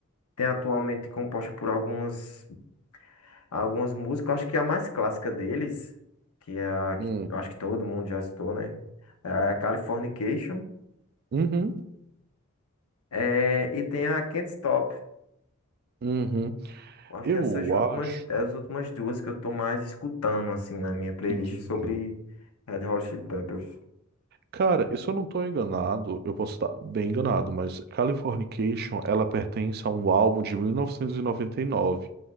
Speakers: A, on the left (about 90°); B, on the right (about 45°).
A: tem atualmente composta por algumas, algumas músicas. Eu acho que a mais clássica deles, que é a que
B: Hum.
A: eu acho que todo mundo já citou, né? É a Californication.
B: Uhum.
A: É, e tem a Can't Stop.
B: Uhum.
A: Eu acho
B: Eu
A: que essas últimas,
B: acho.
A: é as últimas duas que eu tô mais escutando, assim, na minha playlist
B: Entendi.
A: sobre Red Hot Chili Peppers.
B: Cara, e se eu não estou enganado, eu posso estar bem enganado, mas Californication, ela pertence a um álbum de 1999.